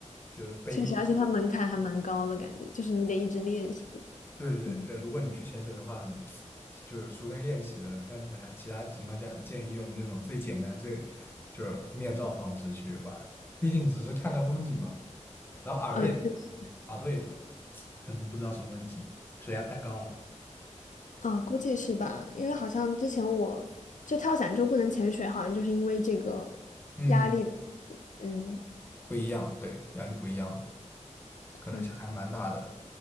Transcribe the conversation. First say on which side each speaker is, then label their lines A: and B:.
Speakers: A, on the left; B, on the left.
A: 就是背一直。
B: 确实，而且它门槛还蛮高的感觉，就是你得一直练习。
A: 对对对，
B: 嗯，
A: 如果你去潜水的话，就是除非练习了，但是还其他情况下建议用那种最简单、最就是面罩方式去玩，毕竟只是看看风景嘛。然后耳朵也，
B: 嗯，确实
A: 对，耳朵也疼，可能不知道什么问题，水压太高了。
B: 啊，估计是吧？因为好像之前我就跳伞之后不能潜水，好像就是因为这个
A: 嗯，
B: 压力的。嗯，
A: 不一样，对，压力不一样，
B: 对
A: 可能还蛮大的。